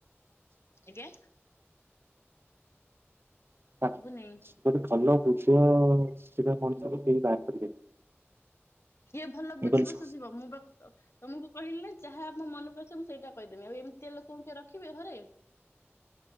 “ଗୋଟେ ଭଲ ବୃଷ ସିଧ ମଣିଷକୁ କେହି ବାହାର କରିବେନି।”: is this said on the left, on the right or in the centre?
Right